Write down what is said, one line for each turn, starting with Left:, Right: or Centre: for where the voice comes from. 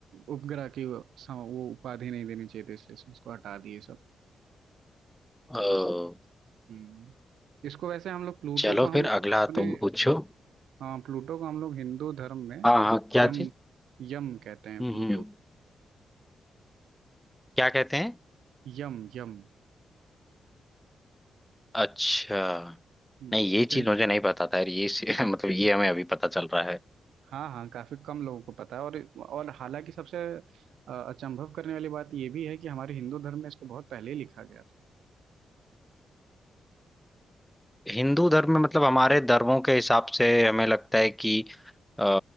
Right: उपग्रह की वो सम- वो उपाधि नहीं देनी चाहिए थी इसलिए इसको हटा दिए सब
Centre: अ,
Right: हम्म इसको वैसे हम लोग प्लूटो
Centre: चलो
Right: को हम
Centre: फिर
Right: लोग
Centre: अगला
Right: अपने
Centre: तुम पूछो
Right: हाँ प्लूटो को हम लोग हिंदू धर्म में
Centre: हाँ हाँ क्या
Right: यम
Centre: चीज
Right: यम कहते हैं
Centre: हम्म
Right: प्लूटो
Centre: हम्म।
Right: को
Centre: क्या कहते हैं
Right: यम यम
Centre: अच्छा
Right: हम्म,
Centre: नहीं ये
Right: चल
Centre: चीज मुझे नहीं पता था यार ये से- <laughs> मतलब ये हमें अभी पता चल रहा है
Right: हाँ हाँ काफी कम लोगों को पता है और और हालांकि सबसे अ, अचंभव करने वाली बात ये भी है कि हमारे हिंदू धर्म में इसको बहुत पहले ही लिखा गया था
Centre: हिंदू धर्म में मतलब हमारे धर्मों के हिसाब से हमें लगता है कि अ,